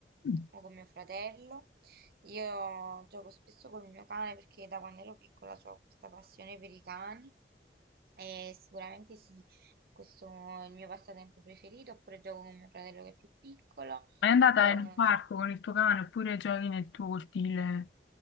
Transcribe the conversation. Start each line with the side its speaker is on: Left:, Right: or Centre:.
Left: Mm.
Right: o con mio fratello. Io gioco spesso col mio cane perché da quando ero piccola ho questa passione per i cani e sicuramente sì, questo è il mio passatempo preferito, oppure gioco con mio fratello che è più piccolo.
Left: È andata
Right: eh,
Left: in un parco con il tuo cane oppure giochi nel tuo cortile?